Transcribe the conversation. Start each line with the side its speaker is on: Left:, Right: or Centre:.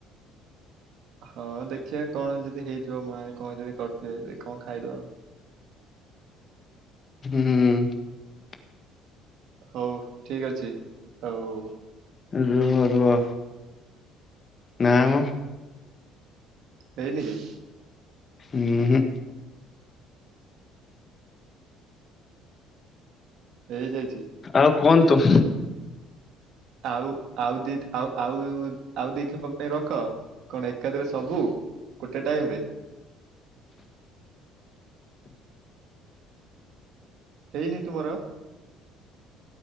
Right: ହଁ ଦେଖିବା କଣ ଯଦି ହେଇଥିବ। ମା କଣ ଯଦି କରିଥିବେ କଣ ଖାଇଦବା ଆଉ।
Left: ହୁଁ।
Right: ହଉ ଠିକ ଅଛି ହଉ।
Left: ରୁହ ରୁହ ନାମ।
Right: ହେଇନି କିି?
Left: ହୁଁ ହୁଁ।
Right: ହେଇ ଯାଇ
Left: ଆଉ କୁହନ୍ତୁ।
Right: ଆଉ ଆଉ ଦି ଆଉ ଆଉ ଆଉ ଦି ଖପା ପାଇଁ ରଖ। କଣ ଏକାଦରେ ସବୁ ଗୋଟେ ଟାଇମ ରେ। ହେଇନି ତୁମର?